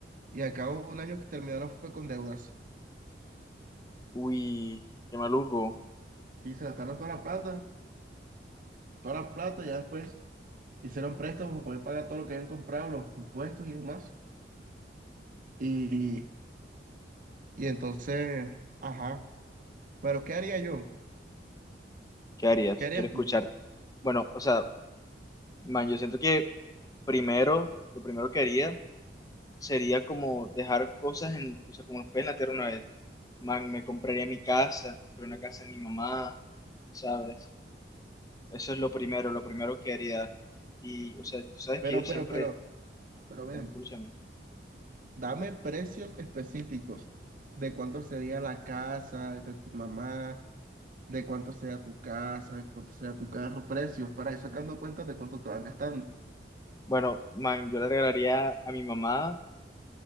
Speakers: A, on the right (about 50°); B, on the left (about 20°).
A: y al cabo de un año que terminaron fue con deudas?
B: Uy, qué maluco,
A: Y se gastaron toda la plata, toda la plata, ya después hicieron préstamos para poder pagar todo lo que habían comprado, los impuestos y demás. Y, y entonces, ajá. Pero ¿qué haría yo?
B: ¿qué harías?
A: ¿Qué harías
B: Quiero escucharte.
A: tú?
B: Bueno, o sea, man, yo siento que primero, lo primero que haría sería como dejar cosas en, o sea, como los pies en la tierra una vez. Man, me compraría mi casa, compré una casa de mi mamá, ¿sabes? Eso es lo primero, lo primero que haría. Y, o sea, tú sabes
A: Pero,
B: que yo siempre,
A: pero, pero, pero ven,
B: bueno, escúchame.
A: dame precios específicos de cuánto sería la casa de tu mamá de cuánto sea tu casa, de cuánto sea tu carro, precios, para ir sacando cuentas de cuánto te vas gastando.
B: Bueno, man, yo le regalaría a mi mamá,